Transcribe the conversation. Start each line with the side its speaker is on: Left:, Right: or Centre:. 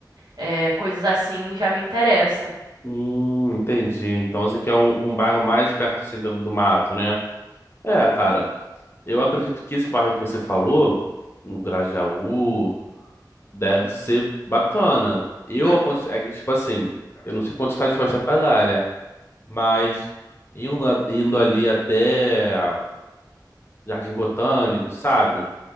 Right: É, coisas assim já me interessam.
Left: Hum, entendi. Então você quer um, um bairro mais perto assim do, do mato, né? É, cara. Eu acredito que esse bairro que você falou, no Grajaú, deve ser bacana. Eu
Right: Uhum.
Left: aconse- é que, tipo assim, eu não sei quanto está disposta a pagar, né? Mas indo, a- indo ali até Jardim Botânico, sabe?